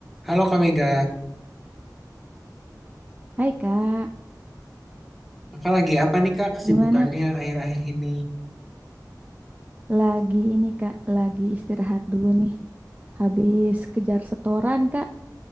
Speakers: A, in the centre; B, on the right (about 25°).
A: Halo Kak Mega,
B: Hai Kak,
A: Kakak lagi apa nih Kak kesibukannya
B: gimana?
A: akhir-akhir ini?
B: Lagi ini Kak, lagi istirahat dulu nih. Habis kejar setoran Kak,